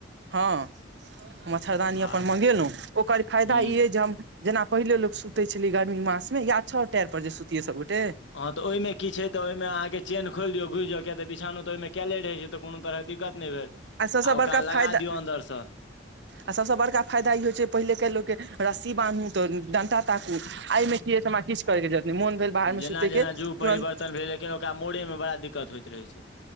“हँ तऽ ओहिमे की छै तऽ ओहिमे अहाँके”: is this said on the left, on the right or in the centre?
Left